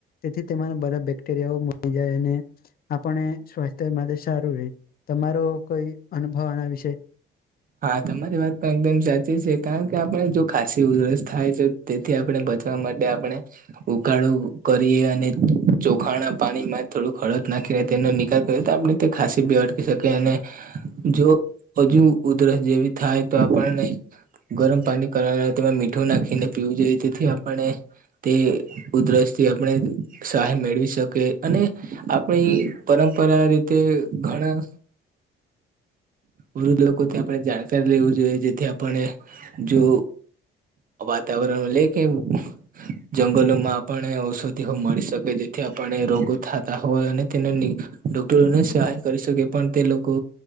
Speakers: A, on the left; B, on the right.
A: તેથી તેને બધા બેક્ટેરિયાઓ મળી જાય અને આપને સ્વાસ્થ્ય માટે સારું રહે, તમારો કોઈ અનુભવ આના વિશે?
B: હા તમારી વાત પણ એકદમ સાચી છે, કારણ કે આપડે જો ખાસી ઉધરસ થાય છે. તેથી આપણે બચવા માટે આપણે, ઉકાળો કરીએ અને ચોખાણ ના પાણીમાં થોડું ખડદ નાખીને તેનો નિકાલ કર તો, આપણે તે ખાંસી બી અટકી શકી, અને જો, હજુ ઉધરસ જેવી થાય તો આપણે નહી ગરમ પાણી કરારા કરવા, તેમાં મીઠું નાખીને પીવું જોઈએ, તેથી આપણે તે ઉધરસ થી આપણે સહાય મેળવી શકે, અને આપણી પરંપરા રીતે ઘણા વૃદ્ધ લોકોથી આપણે જાણકારી લેવું જોઈએ, જેથી આપણે જો વાતાવરણ ઉલ્લેખીમ જંગલોમાં આપણે ઔષધિહો મળી શકે, જેથી આપડે રોગો થતા હોય અને તેને ની ડોક્ટરોને સહાય કરી શકે, પણ તે લોકો